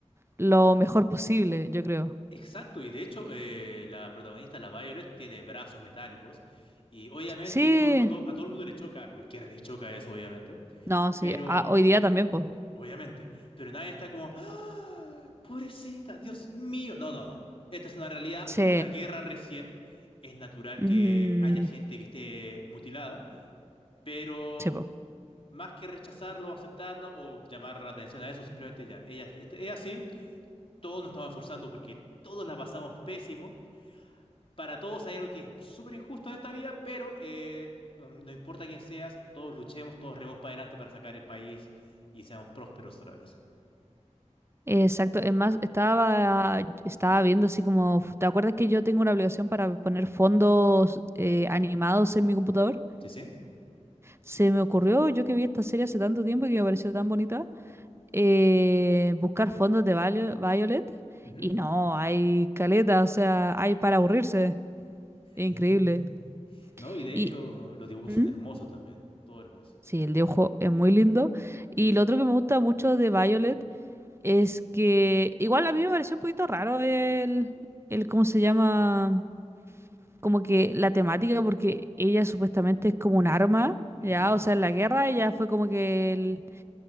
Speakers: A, on the right; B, on the left.
A: lo mejor posible, yo creo.
B: Exacto, y de hecho eh, la protagonista, la Violet, tiene brazos metálicos y obviamente
A: Sí,
B: todo el mundo, a todo el mundo le choca, a cualquiera le choca eso, obviamente,
A: no, sí,
B: pero
A: ah, hoy día también, pues.
B: obviamente, pero nadie está como, ¡Ah! Pobrecita, Dios mío, no, no, no. esta es una realidad,
A: Sí,
B: hubo una guerra recién, es natural
A: mm,
B: que haya gente que esté mutilada pero
A: sí, po.
B: más que rechazarlo, aceptarlo o llamar la atención a eso, simplemente ya, ella este, es así, todos nos estamos esforzando porque todos la pasamos pésimo, para todos hay algo que es súper injusto en esta vida, pero eh, no, no importa quién seas, todos luchemos, todos rememos para adelante para sacar el país y seamos prósperos otra vez.
A: Exacto, es más, estaba, estaba viendo así como, ¿te acuerdas que yo tengo una obligación para poner fondos eh, animados en mi computador?
B: ¿Sí, sí?
A: Se me ocurrió, yo que vi esta serie hace tanto tiempo y que me pareció tan bonita, eh, buscar fondos de Valio- Violet
B: Ujú.
A: y no, hay caleta, o sea, hay para aburrirse, increíble.
B: Eh, No, y de
A: Y,
B: hecho los dibujos
A: ¿Mm?
B: son hermosos también, todo hermoso.
A: Sí, el dibujo es muy lindo. Y lo otro que me gusta mucho de Violet es que igual a mí me pareció un poquito raro el, el cómo se llama, como que la temática, porque ella supuestamente es como un arma,
B: Ujú,
A: ¿ya? O sea, en la guerra ella fue como que el-